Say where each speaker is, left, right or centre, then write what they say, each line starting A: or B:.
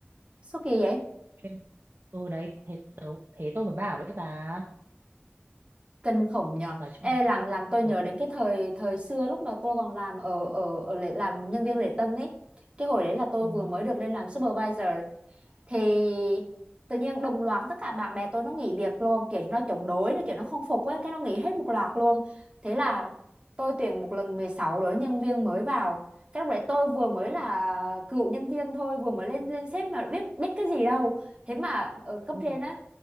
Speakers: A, on the right (about 25°); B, on the right (about 60°).
A: Sao kỳ vậy?
B: Chuyên... ừ đấy thế tớ, thế tôi mới bảo đấy bà
A: Kinh khủng nhờ.
B: nói chung
A: Ê làm làm tôi nhớ
B: ừ,
A: đến cái thời thời xưa lúc mà tôi còn làm ở ở ở lễ, làm nhân viên lễ tân ấy. Cái hồi đấy là tôi
B: ừ,
A: vừa mới được lên làm supervisor thì tự nhiên đồng loạt tất cả bạn bè tôi nó nghỉ việc luôn kiểu như nó chống đối rồi kiểu nó không phục ấy cái nó nghỉ hết một loạt luôn thế là tôi tuyển một lần 16 đứa nhân viên mới vào cái lúc đấy tôi vừa mới là cựu nhân viên thôi vừa mới lên lên sếp mà biết biết cái gì đâu thế mà ở cấp
B: ừ,
A: trên á